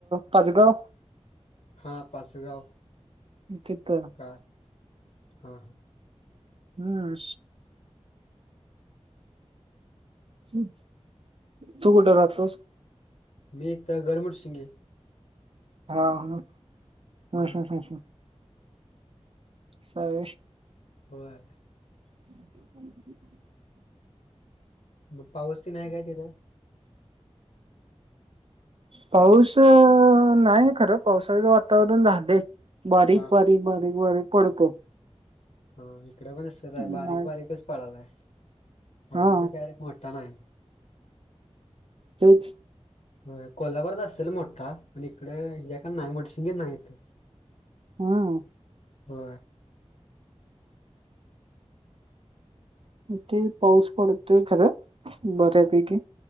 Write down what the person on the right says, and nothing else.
पाचगाव
तिथं
हम् ह तू कुठे राहतोस
हा, हा ह,
ह असाय होय
हम्
पाऊस नाही खरं पावसाचं वातावरण झालय बारीक,
बारीक, बारीक, बारीक पडतो
नाही
हा
तेच
हा
ते पाऊस पडतोय खरं बऱ्यापैकी